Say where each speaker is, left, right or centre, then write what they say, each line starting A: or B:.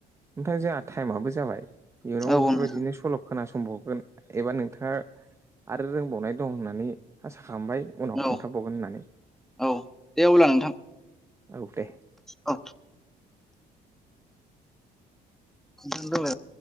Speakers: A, on the right (about 15°); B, in the centre.
A: ओमफ्राय जोंहा टाइमआबो जाबाय। इयुनावबो
B: औ
A: बेफोरबायदिनो
B: नोंथां
A: सल' खोनासंबावगोन एबा नोंथाङा आरो रोंबावनाय दं होननानै आसा खालामबाय।
B: औ।
A: बावगोन होननानै
B: औ दे अब्ला नोंथां
A: औ दे।
B: औ। <unintelligible>